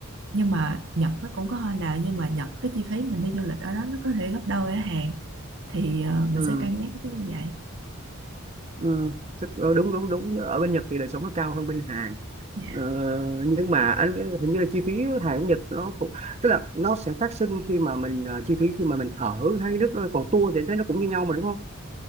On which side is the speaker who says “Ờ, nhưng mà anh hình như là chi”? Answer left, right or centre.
Right